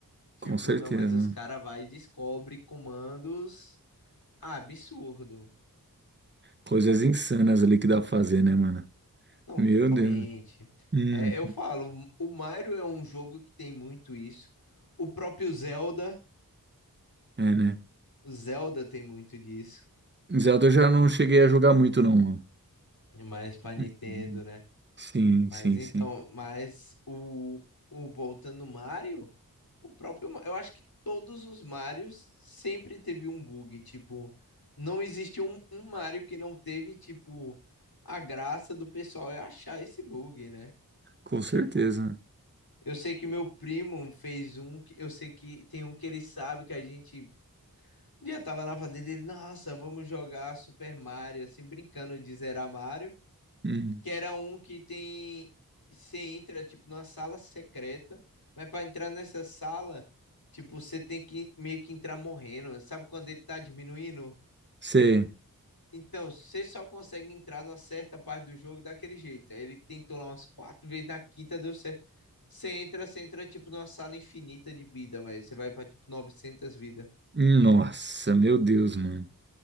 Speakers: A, on the left; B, on the right.
A: Tipo,
B: Com certeza.
A: não, mas os
B: né?
A: caras vai e descobre comandos ah, absurdo.
B: Coisas insanas ali que dá pra fazer, né, mano?
A: Não,
B: Meu
A: totalmente.
B: Deus. Hum,
A: É, eu falo, o Mario é um jogo que tem muito isso. O próprio Zelda,
B: é, né?
A: o Zelda tem muito disso.
B: Zelda eu já não cheguei a jogar muito, não. mano.
A: Mas pra Nintendo,
B: Uhum.
A: né?
B: Sim,
A: Mas
B: sim,
A: então,
B: sim.
A: mas o, o voltando no Mario, o próprio, Ma- eu acho que todos os Marios sempre teve um bug, tipo, não existiu um, um Mario que não teve, tipo, a graça do pessoal é achar esse bug, né?
B: Com certeza.
A: Tipo, eu sei que meu primo fez um, que- eu sei que tem um que ele sabe que a gente um dia tava na fazenda, ele, nossa, vamos jogar Super Mario, assim, brincando de zerar Mario
B: Hum.
A: que era um que tem. Você entra, tipo, numa sala secreta, mas pra entrar nessa sala, tipo, você tem que meio que entrar morrendo. Sabe quando ele tá diminuindo?
B: Você.
A: Então, você só consegue entrar numa certa parte do jogo daquele jeito. Aí Ele tentou lá umas quatro vezes, na quinta deu certo. Você entra, você entra, tipo, numa sala infinita de vida, velho. Você vai pra, tipo, 900 vidas.
B: Nossa, meu Deus, mano.